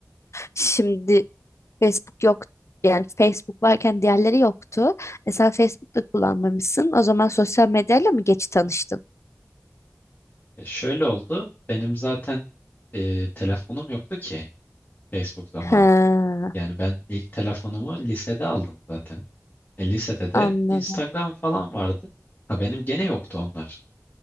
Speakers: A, on the left; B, on the left.
A: şimdi Facebook yok. Yani Facebook varken diğerleri yoktu. Mesela Facebook'ta kullanmamışsın. O zaman sosyal medyayla mı geç tanıştın?
B: ya şöyle oldu. Benim zaten e, telefonum yoktu ki Facebook zamanı.
A: Ha
B: Yani ben ilk telefonumu lisede aldım zaten. E, lisede de
A: anladım.
B: Instagram falan vardı. Ha benim gene yoktu onlar.